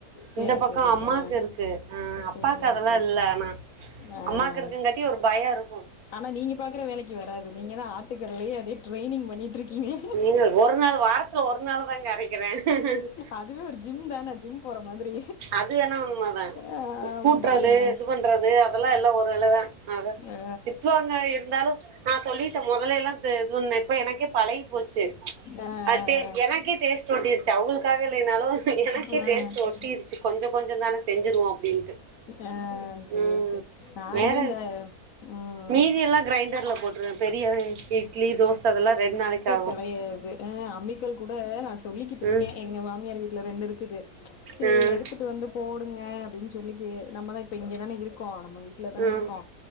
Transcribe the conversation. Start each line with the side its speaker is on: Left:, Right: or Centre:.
Left: சேரி
Right: இந்த பக்கோ
Left: சேரி
Right: அம்மாக்கு
Left: ஆ
Right: இருக்கு ஆ, அப்பாவுக்கு
Left: சேரி
Right: அதெல்லா
Left: சேரி
Right: இல்ல ஆனா
Left: ஆ
Right: அம்மாக்கு இருக்குங்காட்டி ஒரு பய இருக்
Left: ஆனா நீங்க பாக்குற வேலைக்கு வராது நீங்கதா ஆ ட்டுக்கல்லேயே அப்டியே ட்ரைனிங் பண்ணிட்டுருக் கிங்ளே
Right: நீங்க ஒரு நாள் வாரத்துல ஒரு நாள் தாங்க அரைக்கிறே
Left: அதுவே ஒரு ஜிம்தான ஜிம் போற மாதிரி
Right: அது வேணா உண்மதா
Left: ஆ, ஆமா,
Right: கூட்டுறது
Left: ஆ,
Right: இது பண்றது அதெல்லா எல்லா ஒரு வேலதா ஆக
Left: ஆ
Right: திட்டுவாங்க இருந்தாலு நா சொல்லிட்ட மெதல்ல எல்லா து இது பண்ண இப்ப எனக் கே பழகி ட்டு
Left: ஆ ஆ
Right: அது டே எனக்கே டேஸ்ட்டு ஒட்டிருச்சு அவுங்களுக்காக இல்லேனாலு எனக்கே
Left: ஆ
Right: டேஸ்ட்டு ஒட்டிருச்சு கொஞ்சோ கொஞ்சதான செஞ்சுருவோ அப்டின்ட்டு
Left: ஆ சேரி
Right: ம்
Left: சேரி நானுமே
Right: மேற
Left: இந்த ம்
Right: மிதியெல்லா கிரைண்டர்ல போட்ருவே பெரிய இட்லி தோச அதெல்லா ரெண் நாளைக்கு ஆகு
Left: கிடையாது அ அம்மிக்கள் கூட நஷ் ட்டுஇருக்கே
Right: ம்
Left: எங்க மாமியார் வீட்டுல ரெண்டு இருக்கு க்குது சேரி
Right: ம்
Left: எடுத்துட்டு வந்து போட ங்க அப்படின்னு சொல்லிட்டு நம்மதான் இப்ப இங்கதானே இருக்கோம் நம வீட்டுல தானே
Right: ம்
Left: இருக்கோ